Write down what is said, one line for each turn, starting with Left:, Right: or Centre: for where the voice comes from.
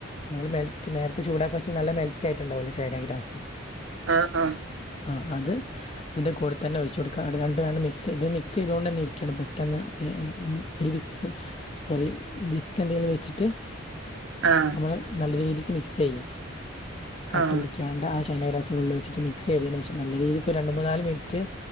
Left: നമ്മള് മെൽറ്റ് നേരത്തെ ചൂടാക്കാവെച്ച നല്ല മെൽറ്റായിട്ടുണ്ടാവൂല്ലേ ചൈനാ ഗ്രാസ്
Right: ആഹ് ആഹ്
Left: ആഹ് അത് ഇതിന്റെ കൂടെ തന്നെ ഒയിച്ച് കൊടുക്ക ആട് രണ്ടേ മിക്സ് ചെയ്ത് മിക്സ് ചെയ്തുകൊണ്ടന്നെ ഇരിക്കണം പെട്ടെന്ന് <unintelligible> സ് സോറി വിസ്ക് എന്തെലും വെച്ചിട്ട്
Right: ആഹ്
Left: നമ്മള് നല്ല രീതിക്ക് മിക്സെയ്യ കട്ട
Right: ആഹ് ആഹ്
Left: പിടിക്കാണ്ട ആഹ് ചൈനേഗ്രാസ് ഫുള്ള് വെച്ചിട്ട് മിക്സ് ചെയ്തതിനേഷം നല്ല രീതിക്ക് ഒരു രണ്ട് മൂന്നാല് മിന് റ്റ്